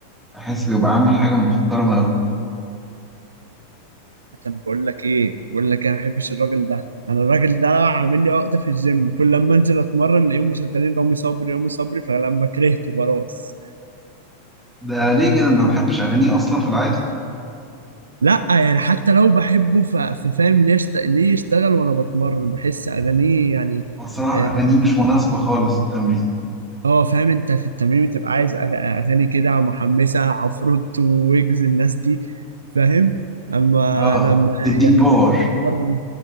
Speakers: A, in the centre; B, on the right (about 70°).
A: أحس بيبقى عامل حاجة محترمة أوي
B: طب بقول لك ايه بقول لك انا ما بحبش الراجل ده انا الراجل ده عامل لي عقده في الجيم كل لما انزل اتمرن الاقيهم مشغلين رامي صبري رامي صبري فلما كرهته خلاص
A: ده ليه كده انت ما بتحبش اغانيه اصلا في العادي
B: لا يعني حتى لو بحبه ف- ففاهم ليه يشت... ليه يشتغل وانا بتمرن بحس اغانيه يعني
A: هو الصراحه
B: آه،
A: اغانيه مش مناسبه خالص للتمرين
B: اه فاهم انت في التمرين بتبقى عايز أغ- اغاني كده محمسه عفروتو ويجز الناس دي فاهم اما
A: اه
B: لما
A: تديك
B: يعني
A: باور
B: تبقى بتتمرن